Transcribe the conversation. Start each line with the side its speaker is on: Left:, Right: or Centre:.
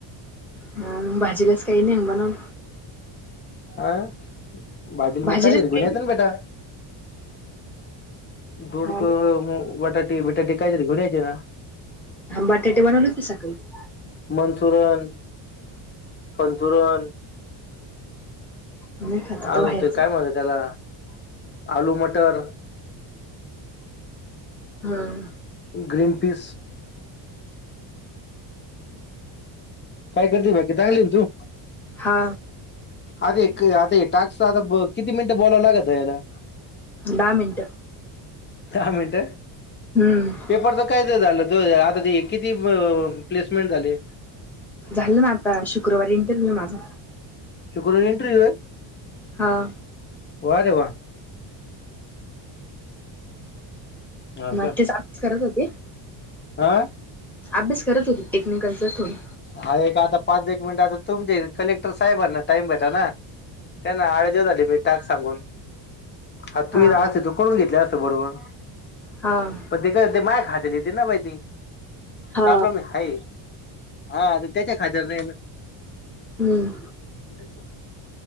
Centre: हाम भाजीलाच काही नाही बनवून.
Left: आं बाजीला मग
Centre: भाजीलाच
Left: काय तरी
Centre: काही
Left: गुण्यातन बेटा. दोडकं
Centre: हा
Left: म बटाटी बिटाटी काहीतरी घेऊन यायचे ना.
Centre: हां बटाटे बनवले होते सकाळीच.
Left: मनसुरन पनचुरन
Centre: नाही खात आता
Left: अजून
Centre: बाहेरच.
Left: ते काय म्हणे त्याला आलू मटर
Centre: हां.
Left: ग्रीन पीस काय करते बाकी चांगली आहे न तू?
Centre: हा
Left: आता आता टाक्स आता किती मिनिटं बोलावं लागत याला.
Centre: दहा मिनटं
Left: दहा मिनट.
Centre: हम्म.
Left: पेपरच काय तर झालं त आता ते किती ब प्लेसमेंट झाले.
Centre: झालं ना आता शुक्रवारी इंटरव्ह्यू माझा.
Left: शुक्रवारी इंटरव्ह्यू आहे.
Centre: हां.
Left: वा रे वा. हा
Centre: मग
Left: का
Centre: तेच आज करत होते.
Left: हा.
Centre: अभ्यास करत होते टेक्निकलचा थोड.
Left: हा एक आता पाच एक मिनिट आता तुमचे कलेक्टर साहेबांना टाइम भेटा ना. त्यां ना आळज्या झाली मी टाक सांगून आ
Centre: हा
Left: तू अस तू करून घेतले अस बरोबर.
Centre: हां.
Left: पण माय खातलीती ना बा ती
Centre: हा
Left: प्रॉब्लेम आहे. हा त्याच्या खातर नाही.
Centre: हम्म.
Left: ह